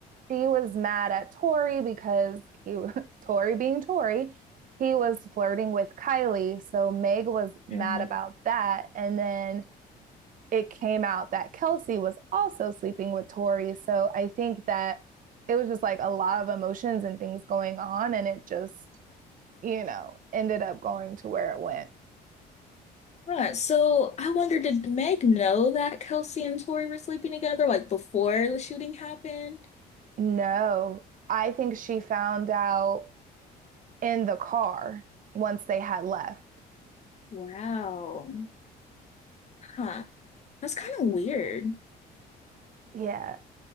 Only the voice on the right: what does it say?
she was mad at Tori because he, <laughs> Tori being Tori, he was flirting with Kylie. So Meg was mad
about that. And then it came out that Kelsey was also sleeping with Tori. So I think that it was just like a lot of emotions and things going on. And it just, you know, ended up going to where it went.
No, I think she found out in the car once they had left.
Yeah.